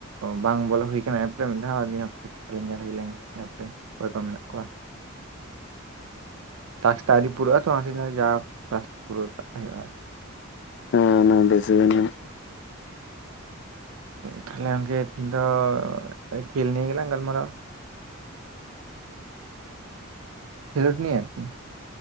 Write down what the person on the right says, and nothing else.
ᱵᱟᱝ ᱵᱚᱞᱚ ᱦᱩᱭ ᱠᱟᱱᱟ ᱮᱯ ᱨᱮ ᱢᱤᱫ ᱫᱷᱟᱣ ᱟᱞᱤᱧ ᱦᱚᱸ ᱧᱮᱞ ᱦᱩᱭ ᱞᱮᱸᱜᱮ ᱮᱯ ᱨᱮ ᱚᱠᱚᱭ ᱠᱚ ᱢᱮᱱᱟᱜ ᱠᱚᱣᱟ ᱴᱟᱥᱠ ᱴᱟᱜ ᱟᱹᱣᱨᱤ ᱯᱩᱨᱟᱹᱜ ᱟᱛᱚ ᱚᱱᱟᱛᱮᱧ ᱡᱟ ᱦᱳᱠ ᱴᱟᱥᱠ ᱛᱮᱜ ᱯᱩᱨᱟᱹᱣ ᱠᱟᱜ ᱦᱳᱭᱳᱜᱼᱟ ᱟᱨ <inaudible>
ᱛᱷᱟᱦᱞᱮ ᱜᱚᱝᱠᱮ ᱛᱤᱦᱤᱧ ᱫᱚ ᱠᱷᱮᱞ ᱱᱤᱭᱮ ᱜᱮᱞᱟᱝ ᱜᱟᱞᱢᱟᱨᱟᱣᱟ, ᱠᱷᱮᱞᱳᱰ ᱱᱤᱭᱮ ᱟᱨᱠᱤ